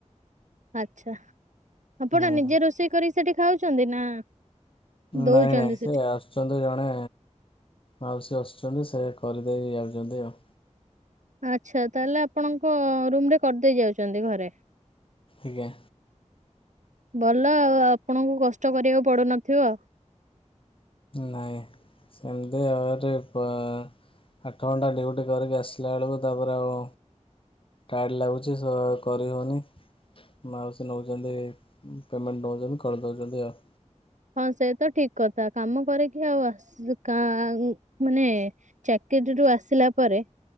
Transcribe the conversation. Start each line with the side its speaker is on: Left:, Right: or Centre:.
Right: ଆଛା ଆପଣ
Left: ହୁଁ
Right: ନିଜେ ରୋଷେଇ କରିକି ସେଠି ଖାଉଚନ୍ତି ନା? ଦଉଛନ୍ତି
Left: ନାଇଁ ନାଇଁ
Right: ସେଠି?
Left: ସେ ଆସୁ ଆସୁଚନ୍ତି ଜଣେ ମାଉସୀ ଆସୁଚନ୍ତି ସେ କରିଦେଇକି ଯାଉଚନ୍ତି ଆଉ।
Right: ଆଚ୍ଛା ତାହେଲେ ଆପଣଙ୍କ ରୁମ ରେ କରିଦେଇ ଯାଉଚନ୍ତି ଘରେ?
Left: ଆଜ୍ଞା।
Right: ଭଲ ଆଉ ଆପଣଙ୍କୁ କଷ୍ଟ କରିବାକୁ ପଡୁନଥିବ।
Left: ନାଇଁ ସେମତି ଆଉ ଗୋଟେ ପ ଆଠ ଘଣ୍ଟା ଡ୍ୟୁଟି କରିକି ଆସିଲା ବେଳକୁ ତାପରେ ଆଉ ଟାଏଡ଼ ଲାଗୁଛି ସ କରିହଉନି। ମାଉସି ନୋଉଛନ୍ତି ପେମେଣ୍ଟ ନୋଉଛନ୍ତି କରି ଦୋଉଛନ୍ତି ଆଉ।
Right: ହଁ ସେ ତ ଠିକ କଥା କାମ କରିକି ଆଉ ଆସି କା ମାନେ ଚାକିରିରୁୁ ଆସିଲା ପରେ